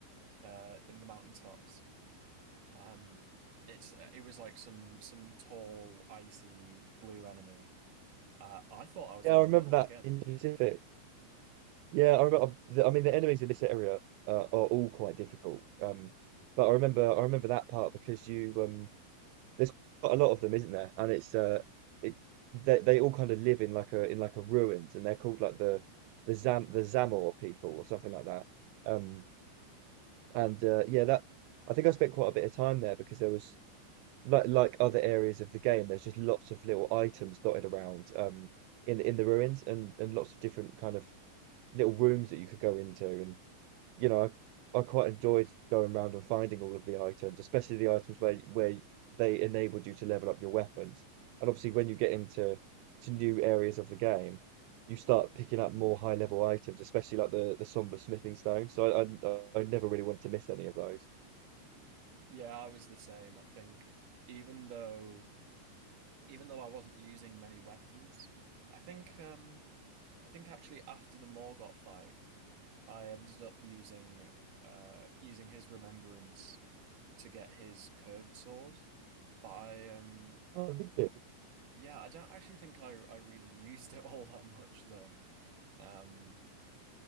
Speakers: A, on the right; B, on the right.
A: uh, uh in the mountaintops, um, it's uh, it was like some some tall, icy blue enemy. Uh, I thought I was
B: Yeah,
A: underleveled
B: I remember that
A: again.
B: in specific. Yeah, I remember the- I mean the enemies in this area uh, are all quite difficult. Um but I remember I remember that part because you um there's quite a lot of them, isn't there? And it's uh, it they they all kind of live in like a in like a ruins, and they're called like the the Zam the Zamor people or something like that. Um, and uh, yeah, that I think I spent quite a bit of time there because there was like like other areas of the game, there's just lots of little items dotted around um in in the ruins and and lots of different kind of little rooms that you could go into and you know, I, I quite enjoyed going around and finding all of the items, especially the items where where they enabled you to level up your weapons. And obviously, when you get into to new areas of the game, you start picking up more high level items, especially like the the somber smithing stone. So I, I I never really wanted to miss any of those.
A: Yeah, I was the same. I think even though even though I wasn't using many weapons, I think um I think actually after the Morgott fight. I ended up using uh using his remembrance to get his curved sword. But I um
B: Oh, did you?
A: yeah, I don't actually think I I really used it <laughs> all that much though. Um